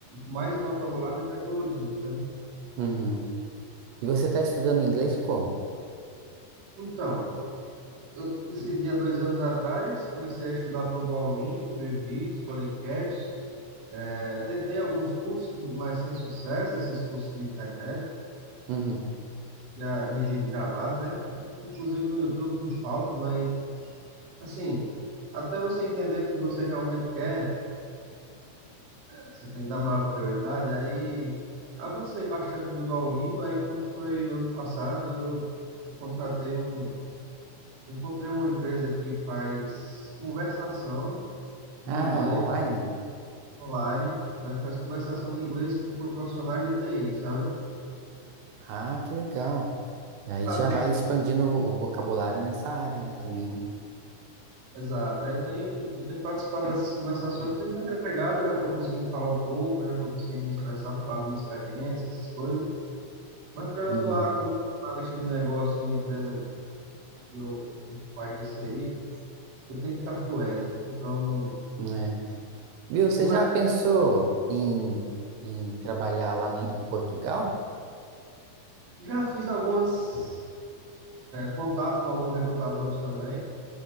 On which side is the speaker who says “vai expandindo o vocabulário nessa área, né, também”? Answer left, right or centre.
Right